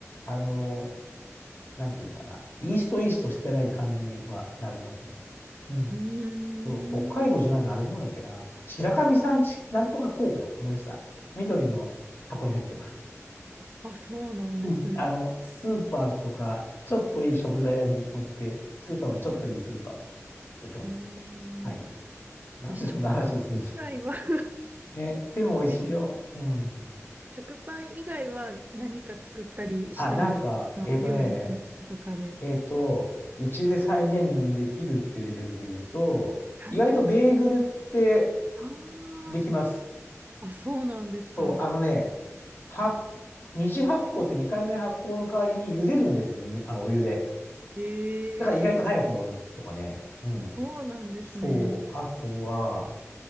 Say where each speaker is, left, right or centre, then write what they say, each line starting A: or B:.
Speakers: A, on the left; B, on the right.
A: あの、なんていうのかな、イーストイーストしてない感じにはなりますね。うん。
B: うーん。
A: そう、北海道じゃないの、あれどこだっけな。白神山地、なんとか酵母だ。思い出した。緑の箱に入ってます。
B: あ、そうなんですね。
A: うん、あの、スーパーとか、ちょっといい食材屋に売って、スーパーもちょっといいスーパーとかに売ってます。
B: お
A: はい。
B: ー
A: なんでそんな話をするんですか。
B: え、食パン以外は <laughs>
A: ね。でも美味しいよ。
B: え、
A: うん。
B: 食パン以外は何か作ったりしたんですか
A: あ、なんか、えっとね、
B: 料理教室とかで。
A: えっと、うちで再現できるっていうレベルで言うと、
B: はい。
A: 意外とベーグルって
B: あ
A: できます。
B: ーあ、そうなんですか。
A: そう、あのね、は、二次発酵って2回目の発酵の代わりに茹でるんですよね、みあのお湯で。
B: ええ
A: だから意外と早くもあるとかね。うん。
B: そうなんですね。
A: そう。あとは、